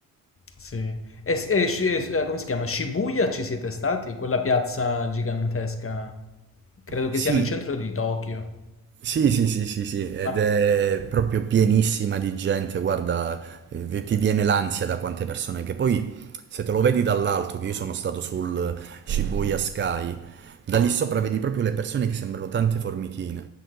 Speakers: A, on the left; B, on the right.
A: Sì. E, s- e sci- e s- eh, come si chiama? Shibuya ci siete stati? Quella piazza gigantesca, credo
B: Sì,
A: che sia nel centro di Tokyo.
B: Sì, sì, sì, sì, sì, ed
A: Ma...
B: è proprio pienissima di gente, guarda, eh, ti viene l'ansia da quante persone, che poi se te lo vedi dall'alto, che io sono stato sul Shibuya Sky, da lì sopra vedi proprio le persone che sembrano tante formichine.